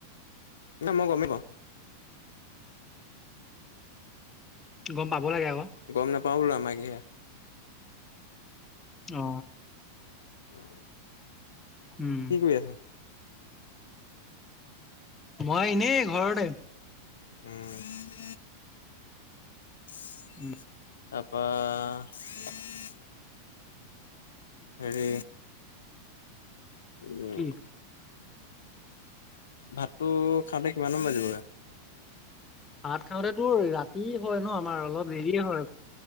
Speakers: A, on the left (about 65°); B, on the left (about 15°).
A: না মই গম নাপাওঁ
B: গম পাব লাগে আক
A: গম নাপাওঁ বোলো আমাৰ কিহে
B: অ
A: <inaudible>
B: উম
A: কি কৰি আছ
B: মই এনেই ঘৰতে
A: উম <unintelligible>
B: উম
A: তাৰ পা <unintelligible> হেৰি উ
B: কি?
A: ভাতটো খাওঁতে কিমান মান বাজিব
B: ভাত খাওঁতেতো ৰাতি হয় ন আম আমাৰ অলপ দেৰি হয়